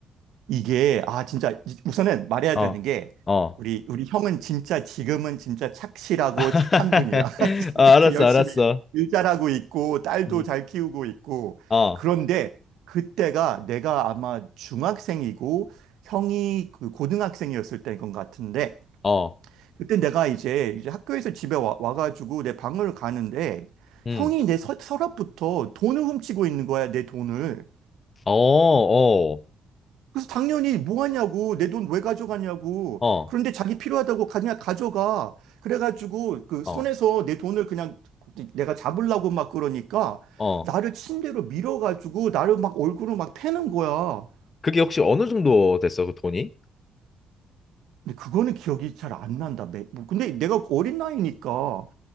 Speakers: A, on the right; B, on the left.
A: 이게 아 진짜 우선은 말해야
B: 어,
A: 되는 게
B: 어.
A: 우리 우리 형은 진짜 지금은 진짜 착실하고
B: <laughs>
A: 착한 분이야. <laughs>
B: 아, 알았어,
A: 지금 열심히
B: 알았어.
A: 일 잘하고 있고 딸도
B: 음,
A: 잘 키우고 있고
B: 어,
A: 그런데 그때가 내가 아마 중학생이고 형이 그 고등학생이었을 때인 것 같은데
B: 어,
A: 그때 내가 이제 이제 학교에서 집에 와, 와가지고 내 방을 가는데
B: 음,
A: 형이 내 서, 서랍부터 돈을 훔치고 있는 거야 내 돈을.
B: 어, 어,
A: 그래서 당연히 뭐 하냐고 내 돈 왜 가져가냐고
B: 어,
A: 그런데 자기 필요하다고 그냥 가져가 그래가지고 그
B: 어,
A: 손에서 내 돈을 그냥 내가 잡으려고 막 그러니까
B: 어.
A: 나를 침대로 밀어가지고 나를 막 얼굴을 막 패는 거야
B: 그게 혹시 어느 정도 됐어, 그 돈이?
A: 근데 그거는 기억이 잘 안 난다 매- 뭐 근데 내가 어린 나이니까